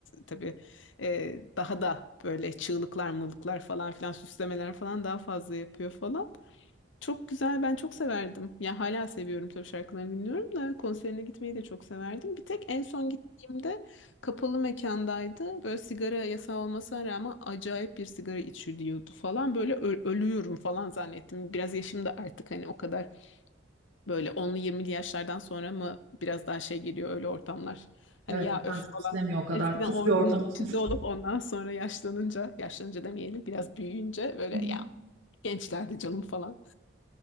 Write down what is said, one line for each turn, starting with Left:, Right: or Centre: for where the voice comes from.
Left: tabii ee, daha da böyle çığlıklar, mırlıklar falan filan süslemeler falan daha fazla yapıyor falan. Çok güzel, ben çok severdim. Ya hala seviyorum tabii şarkılarını dinliyorum da konserine gitmeyi de çok severdim. Bir tek en son gittiğimde kapalı mekandaydı. Böyle sigara yasağı olmasına rağmen acayip bir sigara içiliyordu falan. Böyle ö- ölüyorum falan zannettim. Biraz yaşım da artık hani o kadar Böyle onlu, yirmili yaşlardan sonra mı biraz daha şey geliyor öyle ortamlar. Hani
Right: Evet,
Left: ya öf
Right: ben çok
Left: falan.
Right: istemiyor o kadar
Left: Eskiden
Right: pis
Left: o ortamın
Right: bir ortam. için.
Left: içinde olup ondan sonra yaşlanınca, yaşlanınca demeyelim biraz büyüyünce böyle
Right: <laughs>
Left: ya gençlerdi canım falan.